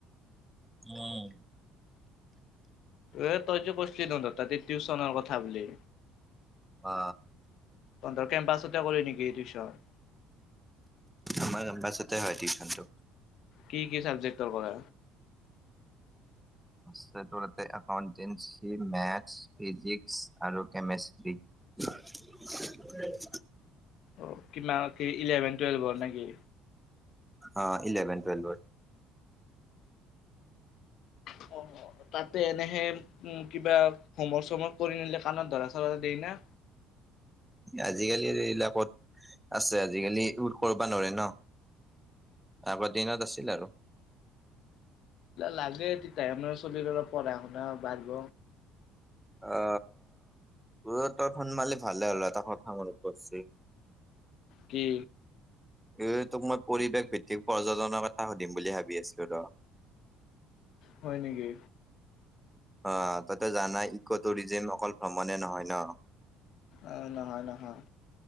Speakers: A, in the centre; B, on the left.
A: উম
B: এ তই যে কৈছিলি দেখোন তাতে টিউচনৰ কথা বুলি
A: অ
B: তন্ত্ৰৰ কেম্পাছতে কৰি নেকি টিউচন
A: আমাৰ কেম্পাছতে হয় টিউশনটো
B: কি কি চাবজেক্টৰ কৰে?
A: এছথৰেতে একাউণ্টেঞ্চি মেথছ ফিজিক্স আৰু কেমেষ্ট্ৰি হয়
B: অ কিবা কি ইলেভেন টুৱেলভৰ নেকি
A: অ ইলেভেন, টুৱেলভৰ।
B: <unintelligible> অ তাতে এনেহে উম কিবা হোমৱৰ্ক চমৰ্ক কৰি নিলে কাণত ধৰা চৰা দেই না
A: আজিকালিৰ এইবিলাকত আছে আজিকালি ৰোড কৰবা নোৱাৰে ন তাৰপা দিনত আছিল আৰু
B: লাগে তেতিয়া মানে চলি পঢ়া শুনা বাঢ়িব
A: অ ত তই ফোন মালি ভালে হ'ল এটা কথা মন পৰছি
B: কি
A: এই তোক মই পৰিৱেশ ভিত্তিক পৰ্যটনৰ কথা সুধিম বুলি ভাবি আছলো ৰ
B: হয় নেকি
A: অ তাতে জানাই ইকো টুৰিজিম অকল ভ্ৰমণে নহয় ন
B: অ নহয় নহয়